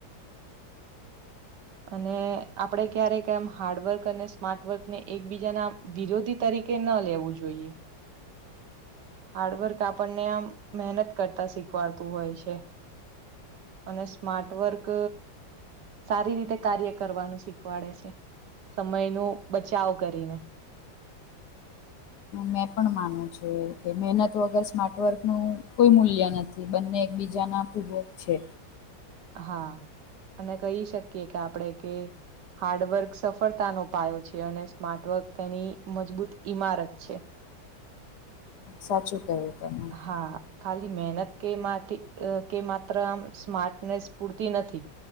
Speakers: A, on the right; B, on the left.
A: અને આપણે ક્યારેક એમ હાર્ડવર્ક અને સ્માર્ટવર્ક ને એકબીજાના વિરોધી તરીકે ન લેવું જોઈએ. હાર્ડવર્ક આપણને આમ મહેનત કરતા શીખવાડતું હોય છે. અને સ્માર્ટવર્ક સારી રીતે કાર્ય કરવાનું શીખવાડે છે, સમયનો બચાવ કરીને.
B: મેં પણ માનું છેું કે મહેનત વગર સ્માર્ટ વર્કનું કોઈ મૂલ્ય નથ થી, બંને એકબીજા ના પૂર્વક છે.
A: હા. અને કહી શકીએ કે આપણેે કે હાર્ડવર્ક સફળતાનો પાયો છે, અને સ્માર્ટવર્ક તેની મજબૂત ઈમારત છે.
B: સાચું કહ્યું તમે.
A: હા, ખાલી મહેનત કે માટી કે માત્ર આમ સ્માર્ટનેસ પૂરતી નથી.